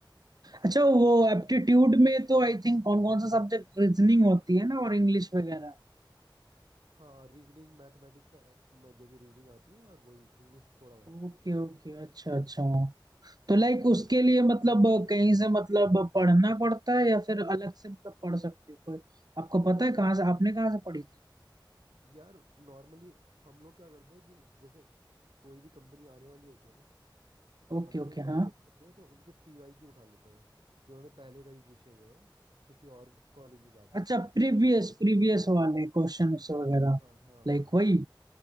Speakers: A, on the right; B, on the right.
A: अच्छा
B: क्योंकि
A: वो एप्टीट्यूड में तो आई थिंक कौन कौन सा सब्जेक्ट रीजनिंग होती है ना और इंग्लिश वगैरह
B: हाँ रीजनिंग मैथमेटिक्स में जो भी रीजनिंग आती है और वही इंग्लिश थोड़ा बहुत
A: ओके ओके अच्छा अच्छा तो लाइक
B: हाँ
A: उसके लिए मतलब कहीं से मतलब पढ़ना पड़ता है या फिर अलग से मतलब पढ़ सकते हो कोई आपको पता है कहाँ से आपने कहाँ से पढ़ी थी
B: यार नॉर्मली हम लोग क्या करते हैं कि जैसे कोई भी कंपनी आने वाली होती है ना तो
A: ओके
B: अगर
A: ओके
B: कोई
A: हाँ
B: बड़ी कंपनी है तो उनके पीवाई क्यू उठा लेते हैं जो उन्होंने पहले कभी पूछे हुए हैं किसी और कॉलेज में जाके
A: अच्छा प्रीवियस
B: ठीक है
A: प्रीवियस वाले क्वेश्चन वगैरह
B: हाँ हाँ
A: लाइक
B: हाँ
A: वही